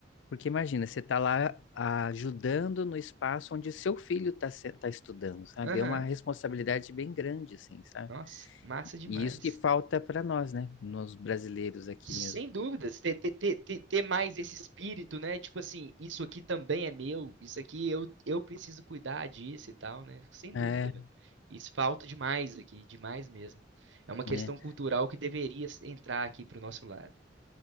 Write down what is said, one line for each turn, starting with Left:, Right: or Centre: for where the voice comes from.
Left: porque imagina, você está lá ajudando no espaço onde seu filho está tá estudando, sabe?
Right: Aham,
Left: É uma responsabilidade bem grande, assim, sabe?
Right: Nossa, massa demais.
Left: E isso que falta para nós, né? Nos brasileiros aqui
Right: Sem
Left: mesmo.
Right: dúvidas, ter, ter, ter, ter ter mais esse espírito, né? Tipo assim, isso aqui também é meu, isso aqui eu, eu preciso cuidar disso e tal, né? Sem
Left: É,
Right: dúvida, velho. Isso falta demais aqui, demais mesmo. É uma questão
Left: né?
Right: cultural que deveria entrar aqui pro nosso lado.